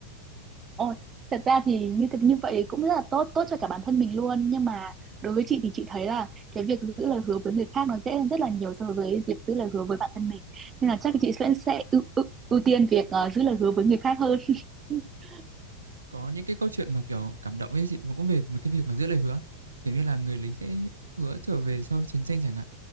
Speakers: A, on the right; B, on the right.
A: Ôi, thật ra thì như thế- như vậy cũng rất là tốt tốt cho cả bản thân mình luôn nhưng mà đối với chị thì chị thấy là cái việc giữ lời hứa với người khác nó dễ hơn rất là nhiều so với việc giữ lời hứa với bản thân mình nên là chắc chị sẽ sẽ ưu, ưu, ưu tiên việc ờ, giữ lời hứa với người khác hơn <laughs>
B: có những cái câu chuyện mà kiểu cảm động ấy chị và cũng về một cái việc mà giữ lời hứa kiểu như là người lính sẽ hứa trở về sau chiến tranh chẳng hạn